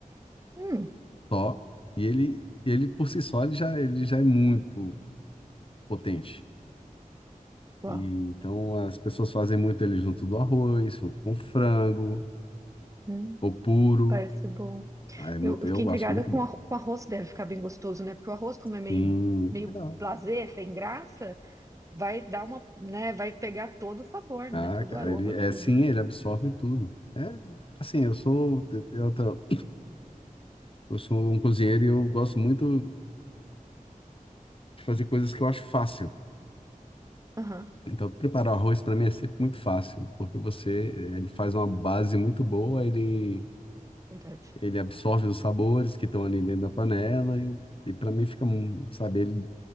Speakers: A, on the right; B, on the left.
A: Hum,
B: só. E ele, ele por si só, ele já, ele já é muito potente.
A: uau.
B: E, então as pessoas fazem muito ele junto do arroz, junto com frango,
A: Hum,
B: ou puro.
A: parece bom.
B: Ah, é muito,
A: Eu, eu
B: eu
A: fiquei intrigada
B: acho muito
A: com,
B: bom.
A: o arro- com arroz, que deve ficar bem gostoso, né? Porque o arroz, como é meio,
B: Sim.
A: meio
B: Não.
A: blasé, sem graça, vai dar uma, né? Vai pegar todo o sabor,
B: Ah,
A: né? Todo
B: cara,
A: o aroma,
B: ele é
A: tudo.
B: sim, ele absorve tudo. É, assim, eu sou eu, tô- eu sou um cozinheiro e eu gosto muito de fazer coisas que eu acho fácil.
A: Aham,
B: Então, preparar o arroz para mim é sempre muito fácil, porque você eh, ele faz uma base muito boa, ele
A: verdade.
B: ele absorve os sabores que estão ali dentro da panela e, e para mim fica, um- sabe, ele